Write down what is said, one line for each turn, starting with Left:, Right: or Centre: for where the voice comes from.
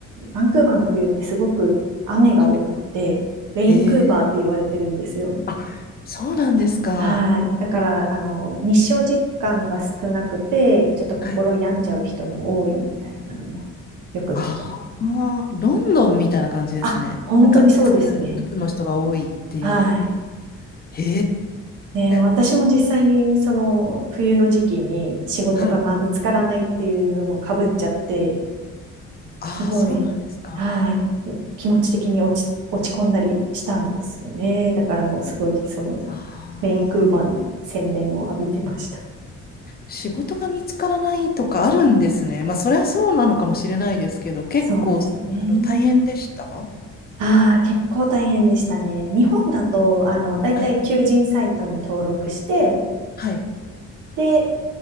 Right: バンクーバーの冬ってすごく雨が多くって、
Left: はい。
Right: レインクーバーって言われてるんですよ。
Left: ええ、あ、そうなんですか。
Right: はい。だから、あの、日照時間が少なくて、ちょっと心病んじゃう人も多いみたいなのもよく聞きます。
Left: はい。ああ、ロンドンみたいな感じですね。
Right: あ、本当にそうですね。
Left: なんか、うつ、うつの人が多いっていう。
Right: はい。
Left: へ
Right: ねえ、私も実際にその冬の時期に仕事がまあ見つからないっていうのも被っちゃって、
Left: え。はい。ああ、
Right: すごい、
Left: そうなんですか。
Right: はい、気持ち的に落ち、落ち込んだりしたんですよね。だからもうすごいその
Left: あ
Right: メインクーバーの洗練を浴びてました。
Left: あ、仕事が見つからないとかあるんですね。まあ、そりゃそうなのかもしれないですけど、結構、
Right: そうですね。
Left: あの、大変でした
Right: ああ、結構大変でしたね。日本だと、あの、だいたい求人サイトに登録して、
Left: はい。はい。
Right: で、